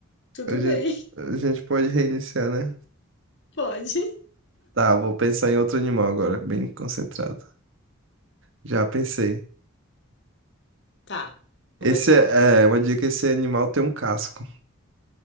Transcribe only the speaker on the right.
A gente,
a gente pode reiniciar, né?
Tá, vou pensar em outro animal agora, bem concentrado. Já pensei.
Esse
é, é uma dica, esse animal tem um casco.